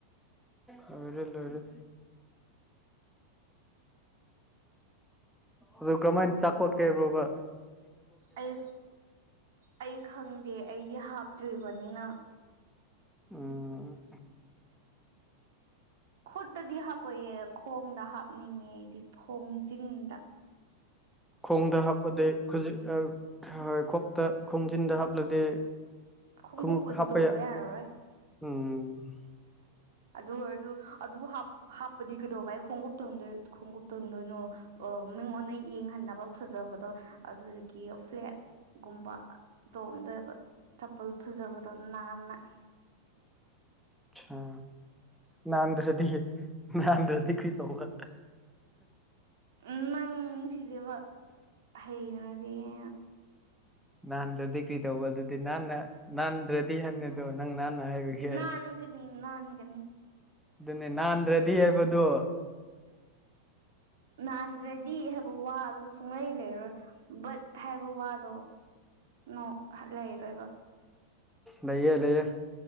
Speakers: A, in the centre; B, on the right.
A: ꯂꫭꯏꯔꯦ ꯂꫭꯏꯔꯦ ꯑꯗꯨ ꯀꯃꯥꯏ ꯆꯥꯛ ꯀꫭꯠꯀꯦꯕꯕ
B: ꯑꯩ ꯑꯩ ꯈꯪꯗꯦ ꯑꯩꯗꯤ ꯍꯥꯞꯇ꯭ꯔꯤꯕꯅꯤꯅ
A: ꯎꯝ
B: ꯈꯨꯠꯇꯗꯤ ꯍꯥꯞꯄꯣꯏꯌꯦ ꯈꯣꯡꯗ ꯍꯥꯞꯅꯤꯡꯉꯦ ꯑꯩꯗꯤ ꯈꯣꯡꯖꯤꯡꯗ
A: ꯈꯣꯡꯗ ꯍꯥꯞꯄꯗꯤ‌ ꯈꯨꯖꯤꯟ ꯑ ꯈꫭꯛꯇ ꯈꯣꯡꯖꯤꯟꯗ ꯍꯥꯞꯂꯗꯤ
B: ꯈꯨꯡꯉꯨꯞꯄꯨꯗꯤ
A: ꯈꯣꯡꯎꯞ ꯍꯥꯞꯄ
B: ꯇꯣꯡꯕ
A: ꯌꯥ
B: ꯌꯥꯔꯔꯣꯏ
A: ꯎꯝ
B: ꯑꯗꯨ ꯑꯣꯏꯔꯁꯨ ꯑꯗꯨ ꯍꯥꯞ ꯍꯥꯞꯄꯗꯤ ꯀꯩꯗꯧꯕꯩ ꯈꯣꯡꯎꯞ ꯇꫭꯡꯗꯣꯏ ꯈꯣꯡꯎꯞ ꯊꫭꯡꯗꯣꯏꯅꯣ ꯑꯣ ꯃꯤꯉꯣꯟꯗ ꯌꯦꯡꯍꯟꯅꯕ ꯐꯖꯕꯗꯣ ꯑꯗꯨꯒꯤ ꯐ꯭ꯂꯦꯠ ꯒꯨꯝꯕ ꯇꯣꯡꯗꯣꯏꯕ ꯆꯞꯄꯜ ꯐꯖꯕꯗꯣ ꯅꯥꯟꯅ <unintelligible> <inaudible>
A: ꯑꯠꯁꯥ ꯅꯥꯟꯗ꯭ꯔꯗꯤꯌꯦ ꯅꯥꯟꯗꯗꫭꯏꯈꯤ ꯇꯧꯕ
B: ꯎꯝ ꯅꯪ ꯁꯤꯗꯤꯕ ꯍꯩꯅꯗꯤꯌꯦ
A: ꯅꯥꯟ ꯔꯗꯤ ꯀ꯭ꯔꯤ ꯇꯕꯨ ꯑꯗꯨꯗꯤ ꯅꯥꯟ ꯅꯥꯟ ꯔꯗꯤ ꯍꯪ ꯑꯗꯨꯣ ꯅꯪ ꯅꯥꯟ ꯍꯥꯏꯕꯒ
B: ꯅꯥꯟꯒꯅꯤ ꯅꯥꯟꯒꯅꯤ
A: ꯑꯗꯨꯅꯦ ꯅꯟ꯭ꯔꯦꯗꯤ ꯍꯦꯕꯗꯨ
B: ꯅꯥꯟꯗ꯭ꯔꯦꯗꯤ ꯍꯥꯏꯕ ꯋꯥ ꯁꯨꯡꯂꯩ ꯂꯩꯔꯣꯏ ꯕꯠ ꯍꯥꯏꯕ ꯋꯥꯗꯣ ꯅ ꯂꯩꯔꯣꯏꯕ
A: ꯂꯩꯌꯦꯦ ꯂꯩꯌꯦꯦ